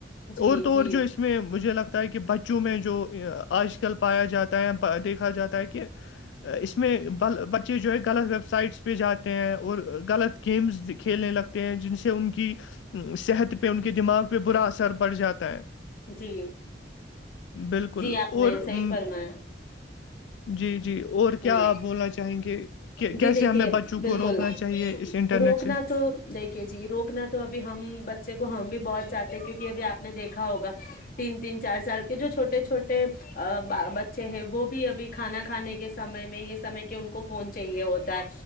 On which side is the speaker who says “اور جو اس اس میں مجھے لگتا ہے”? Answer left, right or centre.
Left